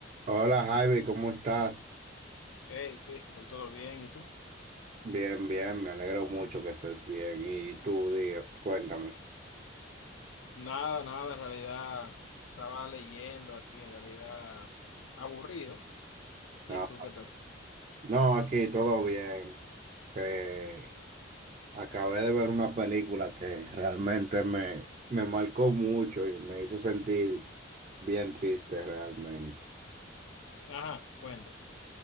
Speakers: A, on the right (about 35°); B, on the left (about 80°).
A: Hola Javi, ¿cómo estás?
B: Hey, Christopher, ¿todo bien? ¿Y tú?
A: Bien, bien, me alegro mucho que estés bien. Y tú, diga, cuéntame.
B: Nada, nada, en realidad estaba leyendo aquí, en realidad aburrido. ¿Y
A: Ah,
B: tú qué tal?
A: no, aquí todo bien. Eh, acabé de ver una película que realmente me, me marcó mucho y me hizo sentir bien triste realmente.
B: Ajá, cuenta.